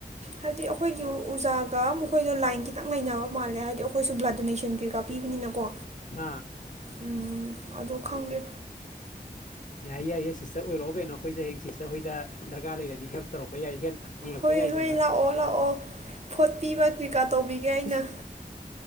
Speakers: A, on the right (about 40°); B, on the left (about 50°).
A: ꯍꯥꯏꯗꯤ ꯑ ꯈꯣꯏꯒꯤꯃꯨꯛ ꯎꯖꯥꯒ ꯃꯈꯣꯏꯗꯣ ꯂꯥꯏꯟ ꯈꯤꯇꯪ ꯂꯩꯅꯕ ꯃꯥꯜꯂꯦ ꯍꯥꯏꯗꯤ ꯑꯈꯣꯏꯁꯨ ꯕ꯭ꯂꯠ ꯗꯣꯅꯦꯁꯟ ꯀꯩꯀꯥ ꯄꯤꯕꯅꯤꯅꯀꯣ
B: ꯑꯥ
A: ꯎꯝ ꯑꯗꯣ ꯈꯪꯗ꯭ꯔꯤ
B: ꯌꯥꯏꯌꯦ ꯌꯥꯏꯌꯦ ꯁꯤꯁꯇ꯭ꯔ ꯑꯣꯏꯔꯛꯑꯣ ꯀꯩꯅꯣ ꯑꯈꯣꯏꯖꯨ ꯍꯌꯦꯡ ꯁꯤꯁꯇ꯭ꯔ ꯍꯣꯏꯗ ꯗ꯭ꯔꯀꯥꯔ ꯂꯩꯔꯗꯤ ꯍꯦꯜꯞ ꯇꯧꯔꯛꯄ ꯌꯥꯏ ꯍ‌ꯦꯜꯠ ꯅꯤꯔꯛꯄ
A: ꯍꯣꯏ
B: ꯌꯥꯏꯗꯅ
A: ꯍꯣꯏ ꯂꯥꯛꯑꯣ ꯂꯥꯛꯑꯣ ꯐꯣꯠꯄꯤꯕ ꯀ꯭ꯔꯤꯀꯥ ꯇꯧꯕꯤꯒꯦ ꯑꯩꯅ
B: <unintelligible>